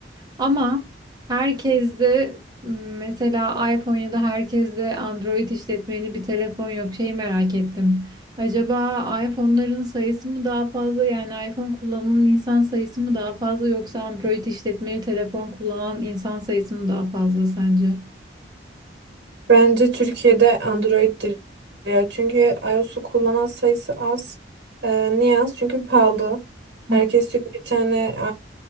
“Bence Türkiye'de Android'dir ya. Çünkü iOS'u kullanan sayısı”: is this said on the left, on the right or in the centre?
Right